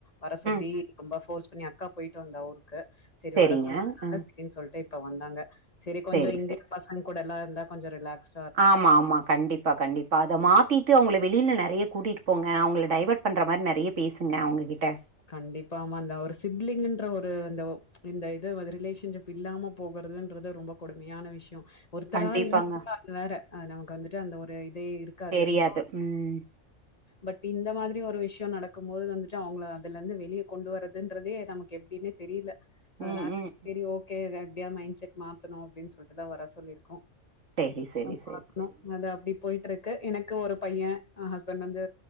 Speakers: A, on the left; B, on the right.
A: வர சொல்லி
B: ம்
A: ரொம்ப ஃபோர்ஸ் பண்ணி அக்கா போயிட்டு வந்தா ஊருக்கு சேரி
B: செரிங்க
A: வர சொன்ன னால
B: ம்
A: அப்படின்னு சொல்லிட்டு இப்ப வந்தாங்க சேரி கொஞ்சம்
B: செரி
A: இங்க
B: செரி
A: பசங்க கூடலா இருந்தா கொஞ்சம் ரிலாக்ஸ்
B: ஆமா மா கண்டிப்பா கண்டிப்பா அத மாத்திட்டு அவங்கள வெளியில நறைய கூட்டிட்டு போங்க அவங்கள
A: ஆ.
B: டைவர்ட் பண்ணுற மாரி நறைய பேசுங்க அவங்ககிட்ட
A: கண்டிப்பாமா அந்த ஒரு சிப்லிங்குன்ற ஒரு அந்த இந்த இது வந்து ரிலேஷன்ஷிப் இல்லாம போகறதுன்றது ரொம்ப கொடுமையான விஷ்யம் ஒருத்தரா
B: கண்டிப்பாங்க
A: இருந்து <unintelligible> அது வேற நமக்கு வந்துட்டு அந்த ஒரு இதே இருக்காது
B: தெரியாது
A: அந்த
B: ம்
A: பட் இந்த மாதிரி ஒரு விஷ்யம் நடக்கும் போது வந்துட்டு அவங்கள அதுல இருந்து வெளியே கொண்டு வரதுன்றதே நமக்கு எப்படின்னே தெரியல அதனா
B: ம் ம்
A: சேரி ஓகே வேற எப்படியாது மைண்ட் செட் மாத்தணும் அப்படின்னு சொல்லிட்டுதான் வர சொல்லிருக்கோம்
B: செரி செரி
A: அ
B: செரி
A: பாக்கணும்
B: செரி
A: அது அப்டி போயிட்டு இருக்கு எனக்கு ஒரு பையன் ஹஸ்பண்ட் வந்து